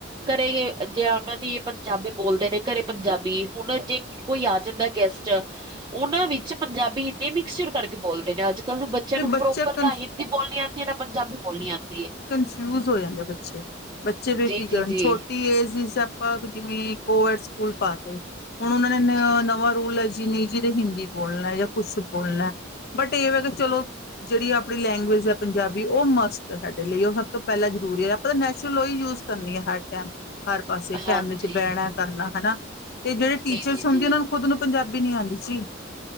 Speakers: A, on the right; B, on the left.
A: ਘਰੇ ਗੇ ਜੇ ਆਉਣ। ਉਹਨਾਂ ਦੀ ਪੰਜਾਬੀ ਬੋਲਦੇ ਨੇ ਘਰੇ ਪੰਜਾਬੀ ਹੁਣ ਜੇ ਕੋਈ ਆ ਜਾਂਦਾ ਹੈ ਗੈਸਟ ਉਹ ਨਾ। ਵਿੱਚ ਪੰਜਾਬੀ, ਹਿੰਦੀ ਮਿਕਸਚਰ ਕਰਕੇ ਬੋਲਦੇ ਨੇ ਅੱਜ। ਕੱਲ ਨੂੰ ਬੱਚਿਆਂ
B: ਫਿਰ
A: ਨੂੰ
B: ਬੱਚਾ
A: ਪ੍ਰੋਪਰ
B: ਕਨ
A: ਨਾ ਹਿੰਦੀ ਬੋਲਣੀ ਆਉਂਦੀ ਹੈ, ਨਾ ਪੰਜਾਬੀ ਬੋਲਣੀ ਆਉਂਦੀ ਹੈ।
B: ਕਨਫਿਊਜ ਹੋ ਜਾਂਦੇ ਹੈ ਬੱਚੇ ਬੱਚੇ ਵੀ
A: ਜੀ
B: ਫਿਰ ਕੀ
A: ਜੀ
B: ਕਰਨ
A: ਜੀ
B: ਛੋਟੀ ਏਜ। ਆਪਾਂ ਹੁਣ ਜਿਵੇਂ ਕੋਵਿਡ ਸਕੂਲ 'ਚ ਪਾ ਤੇ ਹੁਣ ਉਹ ਨੇ
A: ਜੀ ਜੀ
B: ਨਵਾਂ ਰੂਲ। ਜਿੰਨੇ ਜਿੰਨੇ ਹਿੰਦੀ ਬੋਲਣਾ ਜਾਂ ਕੁੱਛ ਬੋਲਣਾ ਬਟ ਇਹ ਹੈ ਕਿ ਚਲੋ ਜਿਹੜੀ। ਆਪਣੀ ਲੈਂਗੁਏਜ ਹੈ ਪੰਜਾਬੀ ਉਹ ਮਸਤ। ਦੇ ਲਈ ਉਹ ਸਭ ਤੋਂ ਪਹਿਲਾਂ ਜ਼ਰੂਰੀ ਹੈ। ਆਪਾਂ ਤਾਂ ਨੈਚੁਰਲ ਓਈ ਯੂਜ ਕਰਨੀ ਹੈ ਹਰ ਟਾਈਮ। ਹਰ ਪਾਸੇ
A: ਹਾਂਜੀ।
B: ਫੈਮਿਲੀ 'ਚ ਬਹਿਣਾ ਕਰਨਾ ਹਨਾ ਤੇ ਜਿਹੜੇ ਟੀਚਰਸ
A: ਜੀ-ਜੀ-ਜੀ
B: ਹੁੰਦੇ ਨੇ ਉਹਨਾਂ ਨੂੰ ਖੁਦ ਨੂੰ ਪੰਜਾਬੀ। ਵੀ ਨੀ ਆਉਂਦੀ ਜੀ।